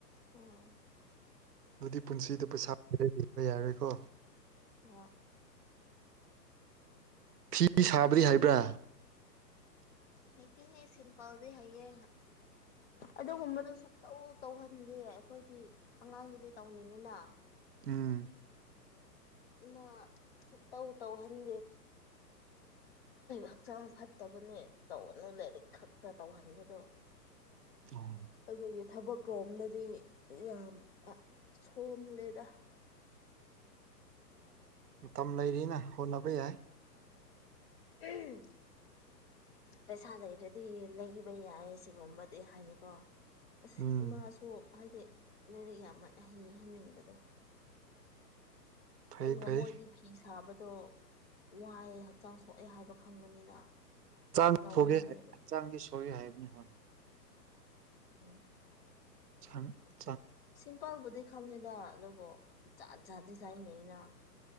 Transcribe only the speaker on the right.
ꯑꯗꯨꯗꯤ ꯄꯨꯟꯁꯤꯗ ꯄꯩꯁꯥꯕ ꯌꯥꯔꯣꯏꯀꯣ
ꯐꯤ ꯁꯥꯕꯗꯤ ꯍꯥꯏꯕ꯭ꯔꯥ
ꯎꯝ
ꯑꯣ
ꯃꯇꯝ ꯂꯩꯔꯤꯅ ꯍꯣꯠꯅꯕ ꯌꯥꯏ
ꯎꯝ
ꯐꯩ
ꯐꯩ
ꯆꯥꯡ
ꯁꯒꯦ ꯍꯥꯏꯛ ꯆꯥꯡꯗꯤ ꯁꯣꯒꯦ ꯍꯥꯏꯕꯅꯤ ꯍꯣꯏꯅꯤ
ꯁꯪꯡ <unintelligible>